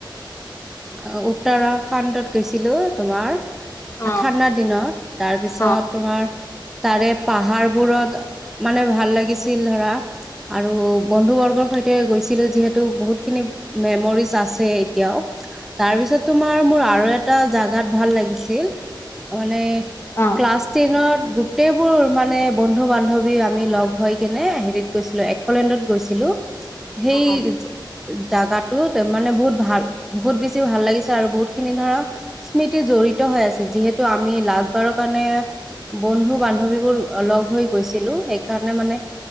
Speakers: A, in the centre; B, on the left.
A: অ উওৰা খণ্ডত গৈছিলো তোমাৰ।
B: অ
A: ঠাণ্ডা দিনত তাৰপিছত
B: অ
A: তোমাৰ তাৰে পাহাৰবোৰত মানে ভাল লাগিছিল ধৰা আৰু বন্ধু বৰ্গৰ সৈতে গৈছিলো যিহেতু বহুতখিনি মেমৰিজ আছে এতিয়াও। তাৰপিছত তোমাৰ মোৰ আৰু এটা জেগাত ভাল লাগিছিল মানে
B: অ
A: ক্লাছ টেনত গোটেইবোৰ মানে বন্ধু বান্ধৱী আমি লগ হৈ কেনে হেৰিত গৈছিলো একলেণ্ডত গৈছিলো সেই
B: অ
A: জাগাটোত মানে বহুত ভাল বহুত বেছি ভাল লাগিছে আৰু বহুতখিনি ধৰা স্মৃতি জড়িত হৈ আছে যিহেতু আমি লাষ্টবাৰৰ কাৰণে বন্ধু বান্ধৱীবোৰ লগ হৈ গৈছিলো সেইকাৰণে মানে